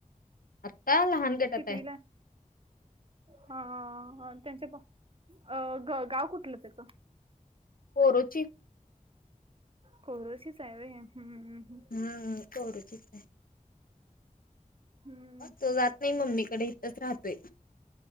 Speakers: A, on the left; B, on the right.
A: आत्ता लहान गटात
B: कितवीला
A: हाय.
B: आहे हा त्यांच्या प अ ग गाव कुठलं त्याचं?
A: कोरोची.
B: कोरोचिचा हाय होय? हम्म हम्म.
A: हम्म कोरोची च हाय
B: हम्म
A: तो जात नाही मम्मीकडे इथंच राहतोय.